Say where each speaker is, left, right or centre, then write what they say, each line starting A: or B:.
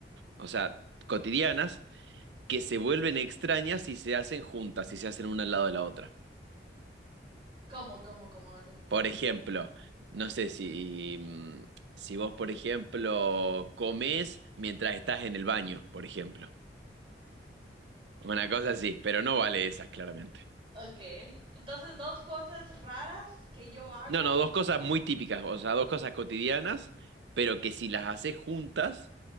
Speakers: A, on the right; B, on the right.
A: o sea, cotidianas, que se vuelven extrañas si se hacen juntas, si se hacen una al lado de la otra.
B: ¿Cómo, cómo, cómo no te entiendo?
A: Por ejemplo, no sé si, mm, si vos, por ejemplo, comes mientras estás en el baño, por ejemplo. Una cosa así, pero no vale esa, claramente.
B: Ok. Entonces, dos cosas raras que yo hago.
A: No, no, dos cosas muy típicas, o sea, dos cosas cotidianas, pero que si las haces juntas